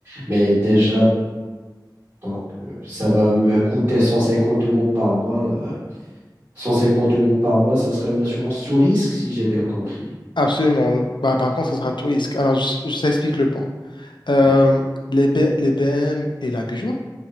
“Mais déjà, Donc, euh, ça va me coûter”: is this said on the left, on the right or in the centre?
Right